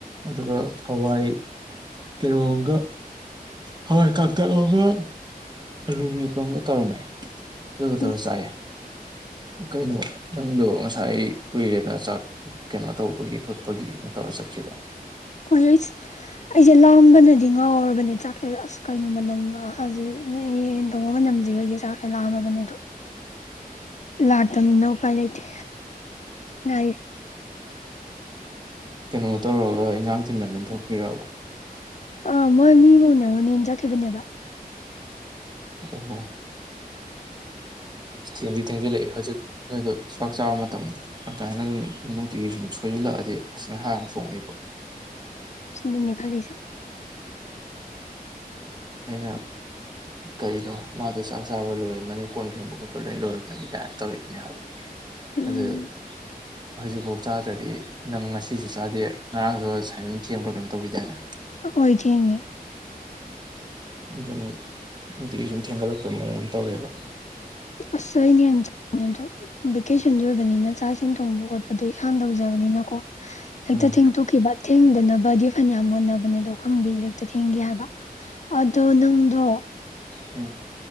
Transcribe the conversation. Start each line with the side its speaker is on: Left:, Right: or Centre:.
Right: ꯑꯗꯨꯒ ꯍꯋꯥꯏ ꯀꯤꯔꯣꯡꯒ ꯍꯔ ꯀꯛꯇꯕ ꯂꯨꯃꯤꯄꯣꯡꯒ ꯇꯔꯃꯦ ꯇꯔ
Left: ꯎꯝ
Right: ꯆꯥꯏ ꯀꯩꯅꯣ ꯅꯪꯗꯣ ꯉꯁꯥꯏ ꯀꯨꯏꯔꯦꯗ ꯆꯥꯛ ꯀꯩꯅꯣ ꯇꯧꯕꯒꯤ ꯈꯣꯠꯄꯒꯤ ꯇꯧꯔ ꯆꯀꯤꯗ
Left: ꯍꯣꯏ ꯑꯩ ꯑꯩꯁꯦ ꯂꯥꯝꯕꯅꯗꯤ ꯉꯥꯎꯔꯕꯅꯦ ꯆꯥꯛꯀ ꯑꯁ ꯀꯩꯅꯣ ꯃꯅꯝꯥꯁꯦ ꯅ ꯌꯦꯟ ꯇꯣꯡꯉ ꯑꯃ ꯅꯝꯁꯤꯈꯩꯁꯦ ꯆꯥꯛ ꯂꯥꯑꯝꯃꯕꯅꯦ ꯑꯗꯨ ꯂꯥꯛꯇꯕꯅꯤꯅ ꯎꯄꯥꯏ ꯂꯩꯇꯦ ꯉ
Right: ꯀꯩꯅꯣ ꯇꯧꯔꯒ ꯏꯟꯖꯥꯡ ꯊꯤꯟꯕ ꯂꯊꯣꯛꯄꯤꯔꯕ
Left: ꯑꯥ ꯃꯣꯏ ꯃꯤ ꯑꯃ ꯎꯅꯔꯨ ꯅꯖꯈꯤꯕꯅꯦꯕ
Right: ꯑꯣꯣ ꯊꯦꯡꯗꯤ ꯊꯦꯡꯖꯤꯜꯂꯛꯑꯦ ꯍꯧꯖꯤꯛ ꯅꯣꯏꯗꯣ ꯆꯥꯛ ꯆꯥꯕ ꯃꯇꯝ ꯑꯇꯥꯏꯅ ꯑꯗꯨꯝ ꯅꯨꯡꯇꯤꯒꯤ ꯁꯨꯝ ꯁꯣꯏ ꯄꯨꯜꯂꯛꯑꯗꯤ ꯑꯁꯅꯍꯥꯟꯅ ꯐꯣꯡꯅꯤꯕ
Left: ꯁꯤꯅꯅꯦ ꯈꯜꯂꯤꯁꯦ
Right: ꯑꯩꯅ ꯀꯔꯤꯅꯣ ꯃꯥꯗꯣ ꯆꯥꯛ ꯆꯥꯕ ꯂꯣꯏꯔꯝꯃꯅꯤ ꯀꯣꯟ ꯐꯕ ꯈꯣꯠꯄ ꯂꯣꯏ ꯂꯣꯏꯔꯝꯃꯅꯤ ꯀꯥꯏꯅ ꯇꯧꯔꯤꯁꯤꯅꯦ ꯍꯥꯏꯕꯣ
Left: ꯎꯝ
Right: ꯑꯗꯨꯗ ꯍꯧꯖꯤꯛꯐꯥꯎ ꯆꯥꯗ꯭ꯔꯗꯤ ꯅꯪ ꯉꯁꯤꯁꯨ ꯆꯥꯗꯦ ꯉꯔꯥꯡꯁꯨ ꯁꯨꯃꯥꯏꯅ ꯊꯦꯡꯕ꯭ꯔꯥ ꯀꯩꯅꯣ ꯇꯧꯈꯤꯗꯏꯅ
Left: ꯍꯣꯏ ꯊꯦꯡꯉꯦ
Right: ꯑꯗꯨꯅꯤ ꯅꯨꯡꯇ ꯁꯨꯝ ꯊꯦꯡꯒꯠꯂꯛꯄꯣꯏ ꯃꯑꯣ ꯑꯃ ꯇꯧꯋꯦꯕ
Left: ꯑꯁ ꯑꯩꯅꯍꯟꯅ ꯆꯪꯅꯤꯡꯉꯦ ꯑꯗꯣ ꯚꯦꯀꯦꯁꯟꯁꯨ ꯑꯣꯏꯕꯅꯤꯅ ꯆꯥꯛ ꯏꯁꯤꯡ ꯊꯣꯡꯕ ꯈꯣꯠꯄꯗꯣ ꯏꯁꯥꯅ ꯇꯧꯖꯕꯅꯤꯅꯀꯣ ꯑꯩꯛꯇ
Right: ꯎꯝ
Left: ꯊꯤꯡ ꯇꯨ ꯀꯈꯤꯕꯕ ꯊꯤꯡꯗꯅ ꯕꯗꯤ ꯐꯅꯌꯥꯝ ꯃꯣꯟꯅꯅꯕꯅꯦ ꯑꯗꯣ ꯈꯪꯗꯦ ꯍꯦꯛꯇ ꯊꯦꯡꯒꯦ ꯍꯥꯏꯕ ꯑꯗꯣ ꯅꯪꯗꯣ
Right: ꯎꯝ